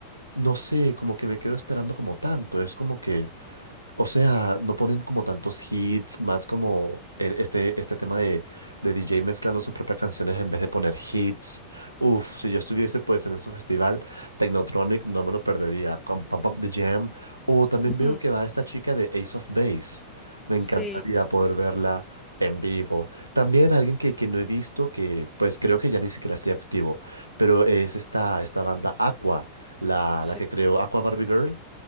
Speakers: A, on the right; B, on the left.
A: no sé, como que me quedo esperando como tanto, es como que... O sea, no ponen como tantos hits, más como el- este, este tema de, de DJ mezclando sus propias canciones en vez de poner hits. Uf, si yo estuviese pues en ese festival, Technotronic no me lo perdería, con Pump Up the Jam. O también
B: Ujú,
A: veo que va esta chica de Ace of Base. Me encantaría
B: Sí,
A: poder verla en vivo. También alguien que, que no he visto, que pues creo que ya ni siquiera sigue activo, pero es esta, esta banda Aqua, la,
B: sí.
A: la que creó Aqua Barbie Girl.